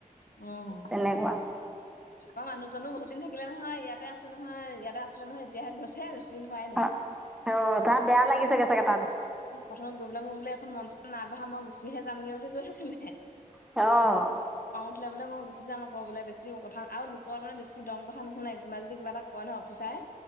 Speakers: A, on the left; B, in the centre.
A: উম।
B: তেনেকুৱা
A: অ', মানুহজনো বহুত দিন থাকিলে নহয়, ইয়াতে আছে নহয়, ইয়াতে আছিলে নহয় এতিয়া হে গৈছে। দিন হোৱাই নাই
B: অ', অ', তাৰ বেয়া লাগি <unintelligible>
A: প্ৰথম গৈ পেলাই মই বোলে এখন মন চন নাই বহা মই গুচিহে যামগে বুলি কৈ থৈছিলে।
B: অঁ
A: উঠিলে বোলে মই গুচি যাম আকৌ বোলে বেছি কথা আৰু লোকৰ মানে বেছি দম কথা নুশুনে কোনোৱাই যদি কিবা এটা কয় নয়হ অফিচাৰে।